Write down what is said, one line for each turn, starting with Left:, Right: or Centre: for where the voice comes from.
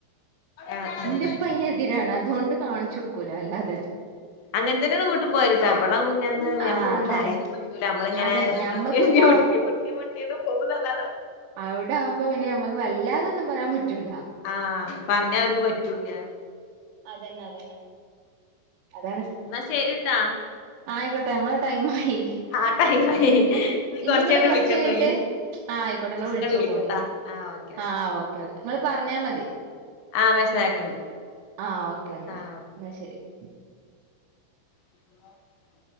Left: ആഹ് ആഹ്
Right: ഇന്റെപ്പയിനെതിരാണ് അതോണ്ട് കാണിച്ചു കൊടുക്കൂല വല്ലാതെ.
Left: അങ്ങൻത്തന്നെണ് വീട്ടിപോയാലും ട്ടോ. ഇബടാകു ഞമക്കൊന്നു
Right: ആഹ് അതാണ്
Left: പറയാനും പറ്റൂല്ലാ ഞമ്മളിങ്ങനെ
Right: അതന്നെ ഞമ്മക്കിപ്പോ
Left: മുട്ടിയൊരുമ്മി മുട്ടി മുട്ടി മുട്ടീട്ട് പോകുന്നല്ലാതെ
Right: അവിടെയാവുമ്പോ പിന്നെ ഞമ്മക്ക് വല്ലാതെയൊന്നും പറയാൻപറ്റൂല.
Left: ആ ആ പറഞ്ഞവർക്ക് പറ്റൂല്ലാ.
Right: അതന്നെതന്നെ. അത്
Left: ഇന്നാ ശരിട്ടാ.
Right: ആ ആയിക്കോട്ടെ ഞമ്മളെ ടൈമായി
Left: ആഹ് ടൈമായി
Right: പിന്നെ
Left: നീ
Right: ഇനിയിങ്ങള്
Left: കൊറച്ച് കഴിഞ്ഞിട്ട്
Right: കൊറച്ചഴിഞ്ഞിട്ട്
Left: വിളിക്ക് എന്തായാലും
Right: ആഹ് ആയിക്കോട്ടെ ഇങ്ങള്
Left: ഞാൻ അങ്ങട്ട്
Right: വിളിച്ചോക്കൊണ്ടു.
Left: വിളിക്കട്ടാ ആഹ് ഓക്കെ
Right: ആ ആ ഓക്കെ. ങ്ങള് പറഞ്ഞാ മതി
Left: ആഹ് മെസ്സേജ് അയക്കണ്ട്
Right: ആഹ് ഓക്കെ എന്നാല്
Left: ആഹ്
Right: ന്നാ ശരി
Left: <inaudible>